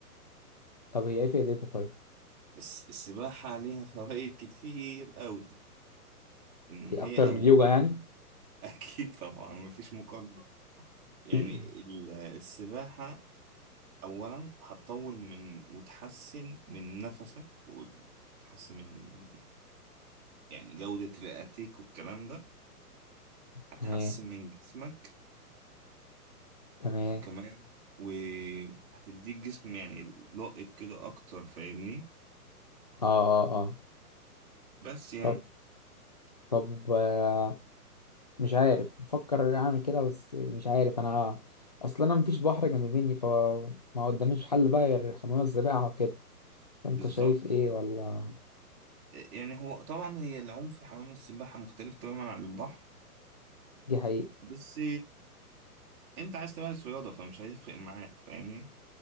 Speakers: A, on the left; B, on the right.
A: طب هي إيه فائدتها طيب؟
B: الس... السباحة ليها فوائد كتير قوي ان
A: هي
B: هي
A: أكتر
B: اولا
A: من اليوجا يعني؟
B: <laughs> اكيد طبعا مفيش مقارنة يعني
A: <laughs>
B: ال- السباحة اولا هتطول من وتحسن من نفسك وتحسن من يعني جودة رئتك والكلام ده هتحسن
A: تمام
B: من جسمك
A: تمام
B: كمان وهتديك جسم يعني لائق كده أكتر فاهمني
A: آه آه آه
B: بس يعني
A: طب طب آه، مش عارف بفكر أعمل كده بس مش عارف أنا أصلا أنا مفيش بحر جنب مني فما قداميش حل بقى غير حمام السباحة وكده فأنت
B: بالظبط
A: شايف إيه ولا
B: يعني هو طبعا هي العوم في حمام السباحة مختلف تماما عن البحر
A: دي حقيقة؟
B: بس أنت عايز تمارس رياضة فمش هيفرق معاك فاهمني